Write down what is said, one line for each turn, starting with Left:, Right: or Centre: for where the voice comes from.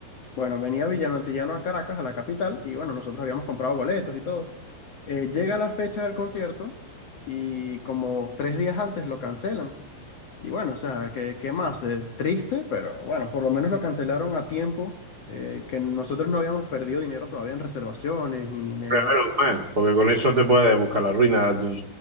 Left: Bueno, venía Villano Antillano a Caracas, a la capital, y bueno, nosotros habíamos comprado boletos y todo. Eh, llega la fecha del concierto y como tres días antes lo cancelan. Y bueno, o sea, ¿qué, qué más? Eh, triste, pero bueno, por lo menos lo cancelaron a tiempo, eh, que nosotros no habíamos perdido dinero todavía en reservaciones ni, ni
Right: Pero
Left: nada
Right: menos
Left: de eso.
Right: mal, porque con eso te puedes buscar la ruina. tú-